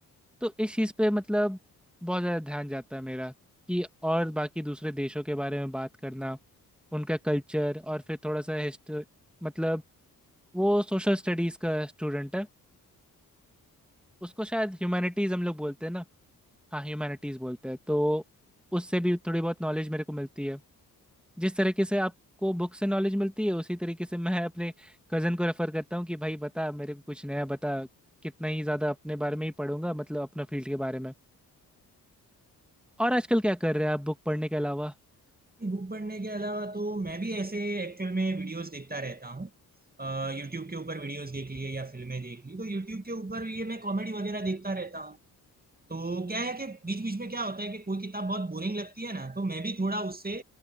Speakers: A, in the centre; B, on the right.
A: तो इस चीज़ पे मतलब बहुत ज़्यादा ध्यान जाता है मेरा कि और बाकी दूसरे देशों के बारे में बात करना उनका कल्चर और फिर थोड़ा सा हिस्ट मतलब वो सोशल स्टडीज़ का स्टूडेंट है उसको शायद ह्यूमैनिटीज़ हम लोग बोलते हैं ना हाँ ह्यूमैनिटीज बोलते हैं तो उससे भी थोड़ी बहुत नॉलेज मेरे को मिलती है जिस तरीके से आपको बुक से नॉलेज मिलती है उसी तरीके से मैं अपने कज़न को रेफर करता हूँ कि भाई बता मेरे को कुछ नया बता कितना ही ज़्यादा अपने बारे में ही पढ़ूंगा मतलब अपना फील्ड के बारे में और आजकल क्या कर रहे हैं आप बुक पढ़ने के अलावा
B: बुक पढ़ने के अलावा तो मैं भी ऐसे एक्चुअल में वीडियोस देखता रहता हूँ यूट्यूब के ऊपर वीडियोस देख लिए या फिल्में देख ली तो यूट्यूब के ऊपर ये मैं कॉमेडी वगैरह देखता रहता हूँ तो क्या है कि बीच बीच में क्या होता है कि कोई किताब बहुत बोरिंग लगती है ना तो मैं भी थोड़ा उससे